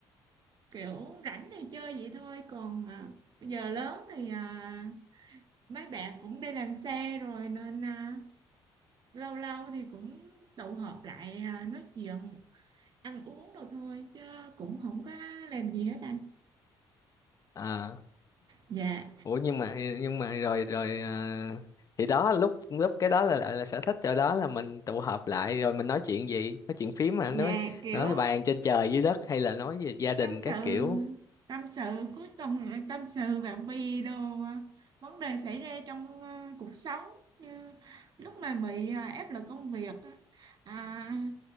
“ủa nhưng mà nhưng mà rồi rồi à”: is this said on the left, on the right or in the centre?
Left